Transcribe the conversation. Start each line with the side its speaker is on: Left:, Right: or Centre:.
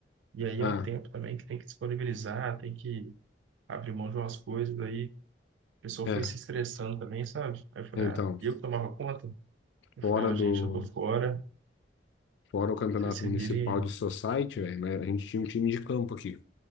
Right: E aí
Left: Ah,
Right: é um tempo também que tem que disponibilizar, tem que abrir mão de umas coisas, aí a pessoa
Left: é.
Right: foi se estressando também, sabe? Aí eu falei,
Left: Então,
Right: ah, e eu que tomava conta? Eu
Left: fora
Right: falei, ó,
Left: do.
Right: gente, eu tô fora,
Left: Fora o campeonato
Right: vocês se
Left: municipal
Right: virem.
Left: de society, velho, né, a gente tinha um time de campo aqui.